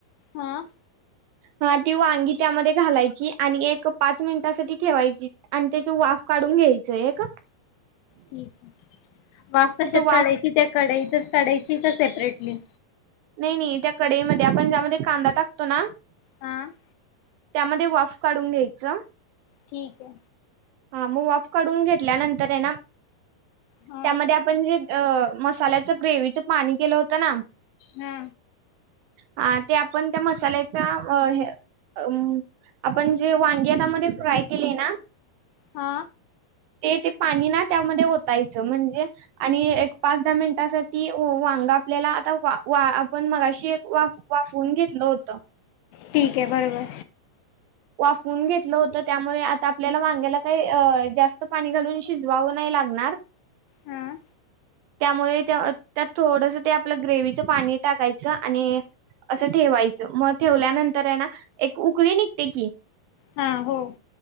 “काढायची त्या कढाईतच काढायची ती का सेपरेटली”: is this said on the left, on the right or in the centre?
Left